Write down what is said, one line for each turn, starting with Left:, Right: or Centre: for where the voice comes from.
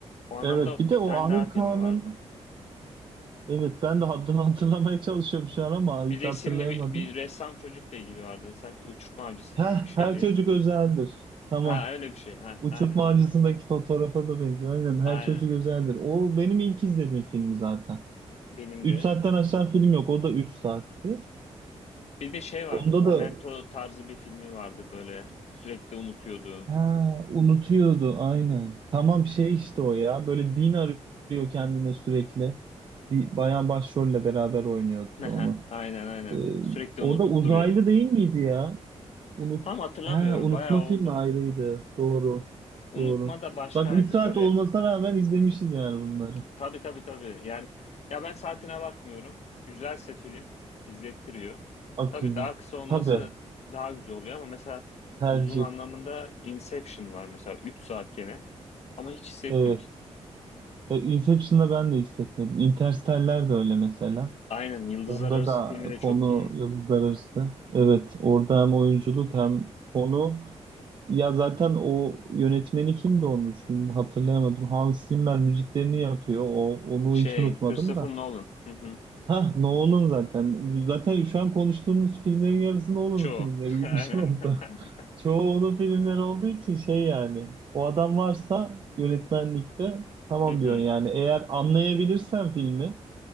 Left: O anlamda
Right: Evet. Bir de
Left: bir
Right: o
Left: tane
Right: Amir
Left: daha filmi
Right: Kağan'ın
Left: vardı.
Right: Evet ben de haddini <laughs> hatırlamaya çalışıyorum şu an ama
Left: Bir
Right: hiç
Left: resimli
Right: hatırlayamadım.
Left: bir, bir ressam çocukla ilgili vardı. Sanki uçurtma avcısı
Right: Heh,
Left: gibi bir şeydi.
Right: her çocuk özeldir. Tamam.
Left: Ha öyle bir şey. Ha
Right: Uçurtma
Left: aynen aynen.
Right: Avcısı'ndaki fotoğrafa da benziyor. Aynen
Left: Aynen.
Right: her çocuk özeldir. O benim ilk izlediğim film zaten.
Left: Benim
Right: 3
Left: de.
Right: saatten aşağı film yok. O da 3 saatti.
Left: Bir de şey vardı.
Right: Onda
Left: Momento
Right: da
Left: tarzı bir filmi vardı böyle. Sürekli unutuyordu.
Right: ha, unutuyordu aynen. Tamam şey işte o ya. Böyle din arıyor kendine sürekli. Bir bayan başrolle beraber oynuyordu
Left: Aha,
Right: onu.
Left: Aynen aynen.
Right: Ee,
Left: Sürekli
Right: orada
Left: unutup
Right: uzaylı
Left: duruyor.
Right: değil miydi ya? Unut.
Left: Tam hatırlamıyorum.
Right: Ha, unutma
Left: Bayağı oldu.
Right: filmi ayrıydı. Doğru.
Left: Unutma
Right: Doğru.
Left: da başkaydı.
Right: Bak 3 saat
Left: Böyle
Right: olmasına rağmen izlemişiz yani bunları.
Left: tabii tabii tabii. Yani ya ben saatine bakmıyorum. Güzelse film izlettiriyor.
Right: Akıllı.
Left: Tabii daha kısa olması
Right: Tabii.
Left: daha güzel oluyor ama mesela
Right: Tercih.
Left: uzun anlamında Inception var mesela 3 saat gene ama hiç hissetmiyorsun.
Right: Evet. E, Inception'da ben de hissetmedim. Interstellar de öyle mesela.
Left: Aynen Yıldızlar
Right: Onda
Left: Arası
Right: da
Left: filmi de
Right: konu
Left: çok iyi.
Right: yıldızlar arası. Evet. Orada hem oyunculuk hem konu. Ya zaten o yönetmeni kimdi onun? Şimdi hatırlayamadım. Hans Zimmer müziklerini yapıyor. O, onu
Left: Şey
Right: hiç unutmadım
Left: Christopher
Right: da.
Left: Nolan. Hı hı.
Right: Ha, Nolan zaten. Zaten şu an konuştuğumuz filmlerin yarısı Nolan'ın
Left: Çoğu.
Right: filmleri
Left: <laughs>
Right: gibi
Left: Aynen.
Right: <laughs> bir şey oldu.
Left: <laughs>
Right: <laughs> Çoğu onun filmleri olduğu için şey yani. O adam varsa yönetmenlikte tamam
Left: Hı hı.
Right: diyorsun yani. Eğer anlayabilirsen filmi